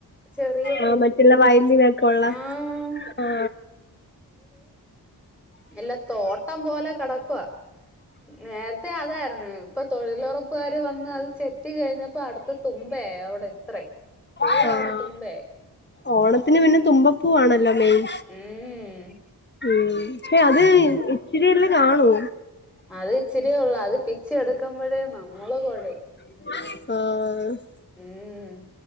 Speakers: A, in the centre; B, on the left.
A: ചെറിയ
B: ആഹ
A: പൂ
B: മറ്റെല്ല വയലില് ഒക്കോള്ള
A: ആഹ്
B: ആ
A: ഇല്ല തോട്ടം പോലെ കിടക്കുവ നേരത്തെ അതായിരുന്നു ഇപ്പൊ തൊഴിലുറപ്പുകാര് വന്ന് അത് ചെത്തി കഴിഞ്ഞപ്പോ അടുത്ത തുമ്പയായി അവിടെ ഇത്ര ഫുള്ള്
B: ആഹ്
A: അവിടെ തുമ്പയ
B: ഓണത്തിന് പിന്നെ തുമ്പപ്പൂവാണല്ലോ മെയിൻ
A: ഉം
B: ഉ പക്ഷെ അത് ഇച്ചിരിയല്ലാം കാണോ
A: അത് ഇച്ചിരിയേ ഉള്ള അത് പിിച്ച എടുക്കുമ്പോഴേ നമ്മള് കൊഴങ്ങും
B: ആഹ
A: ഉം